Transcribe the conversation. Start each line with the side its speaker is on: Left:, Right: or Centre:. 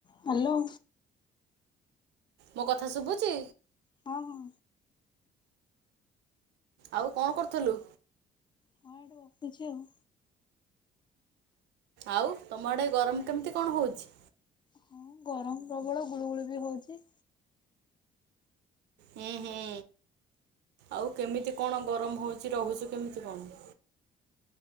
Left: Hello.
Right: ମୋ କଥା ଶୁଭୁଚି?
Left: ହଁ ହଁ।
Right: ଆଉ କଣ କରୁଥୁଲୁ?
Left: ହଁ ଏଇଠି ବସିଛି ଆଉ।
Right: ଆଉ ତମ ଆଡ଼େ ଗରମ କେମିତି କଣ ହୋଉଛି?
Left: ହଁ ଗରମ ପ୍ରବଳ ଗୁଳୁ ଗୁଳି ବି ହୋଉଚି।
Right: ହୁଁ ହୁଁ ଆଉ କେମିତି କଣ ଗରମ ହୋଉଚି ରହୁଚୁ କେମିତି କଣ?